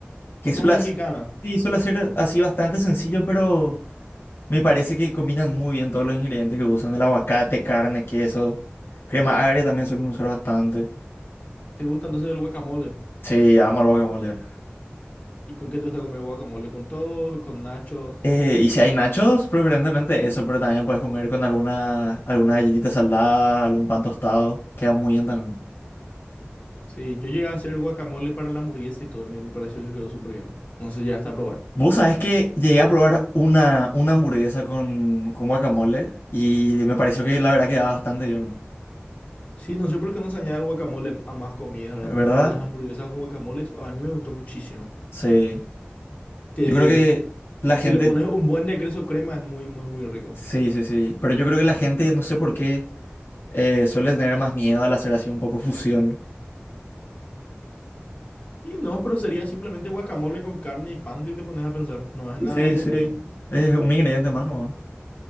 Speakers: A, on the left; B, on the left.
A: Que
B: La
A: suele
B: comida mexicana,
A: hacer, sí, suele ser así bastante sencillo, pero me parece que combinan muy bien todos los ingredientes que usan. El aguacate, carne, queso. Crema agria también suelen usar bastante.
B: ¿te gusta entonces el guacamole?
A: Sí, amo el guacamole.
B: ¿Y con qué te gusta comer el guacamole? ¿Con todo? ¿Con nachos?
A: Eh, y si hay nachos, preferentemente eso, pero también puedes comer con alguna, alguna galletita salada, algún pan tostado, queda muy bien también.
B: Sí, yo llegué a hacer guacamole para la hamburguesa y todo, y me me pareció que quedó súper bien. No sé si llegaste a probar.
A: Vos sabés que llegué a probar una, una hamburguesa con, con guacamole y me pareció que la verdad quedaba bastante bien,
B: Sí, no sé por qué no se añade el guacamole a más comidas, ¿verdad?
A: ¿verdad?
B: Por ejemplo, las hamburguesas con guacamole, eso a mí me gustó muchísimo.
A: Sí.
B: Te-
A: Yo creo que la gente,
B: si le pones un buen de queso crema es muy, muy, muy rico.
A: sí, sí, sí, pero yo creo que la gente, no sé por qué, eh, suele tener más miedo al hacer así un poco fusión.
B: Y no, pero sería simplemente guacamole con carne y pan si te pones a pensar. No es
A: Sí,
B: nada de otro
A: sí,
B: mundo.
A: es un ingrediente más, ¿no?